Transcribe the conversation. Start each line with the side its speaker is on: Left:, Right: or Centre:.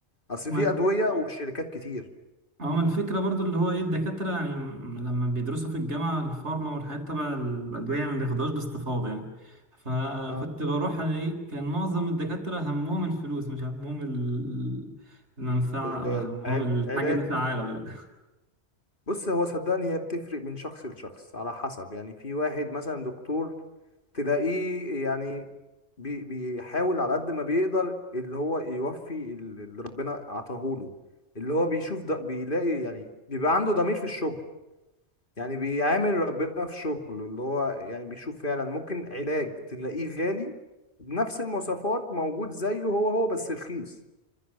Left: أصل
Right: ما
Left: في أدوية وشركات كتير
Right: اه، ما الفكرة برضو اللي هو ايه الدكاترة يعني م- لما بيدرسوا في الجامعة الفارما والحاجات تبع الأدوية ما بياخدوهاش باستفاضة يعني فكنت
Left: اه
Right: بروح انا ايه كان معظم الدكاترة همهم الفلوس مش همهم ال- المنفعة
Left: العلاج
Right: او همهم الحاجة دي فعالة ولا
Left: بص هو صدقني هي بتفرق من شخص لشخص على حسب يعني في واحد مثلا دكتور تلاقيه يعني بي بيحاول على قد ما بيقدر اللي هو يوفي ال- اللي ربنا عطاهوله اللي هو بيشوف ده بيلاقي يعني بيبقى عنده ضمير في الشغل يعني بيعامل ربنا في شغله اللي هو يعني بيشوف فعلا ممكن علاج تلاقيه غالي بنفس المواصفات موجود زيه هو هو بس رخيص